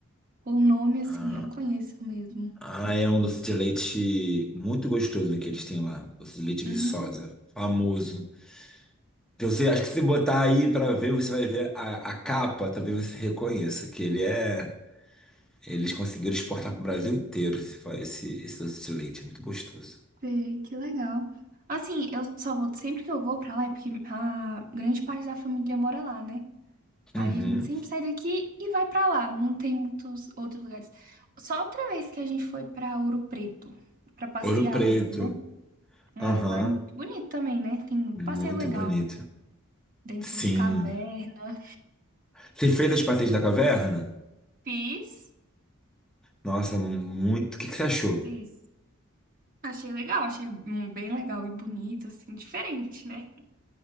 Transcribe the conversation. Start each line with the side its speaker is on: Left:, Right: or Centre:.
Right: O nome, assim,
Centre: Ah,
Right: não conheço mesmo.
Centre: ah, é um doce de leite muito gostoso que eles têm lá, doce de leite Viçosa,
Right: Hum,
Centre: famoso. Então, você, acho que se botar aí pra ver, você vai ver a, a capa, talvez você reconheça que ele é, eles conseguiram exportar pro Brasil inteiro esse, fa- esse, esse doce de leite, é muito gostoso.
Right: sei, que legal. Assim, eu só vou, sempre que eu vou pra lá, é porque a grande parte da família mora lá, né? Aí
Centre: Uhum.
Right: a gente sempre sai daqui e vai pra lá. Não tem muitos outros lugares. Só outra vez que a gente foi pra Ouro Preto, pra passear
Centre: Ouro Preto.
Right: mesmo, né? É,
Centre: Aham.
Right: lá é muito bonito também, né? Tem muito
Centre: Muito
Right: passeio legal
Centre: bonito.
Right: dentro
Centre: Sim.
Right: de caverna.
Centre: Você fez as passeios da caverna?
Right: Fiz,
Centre: Nossa, muito. O que que você achou?
Right: fiz. Achei legal, achei hum, bem legal e bonito, assim, diferente, né?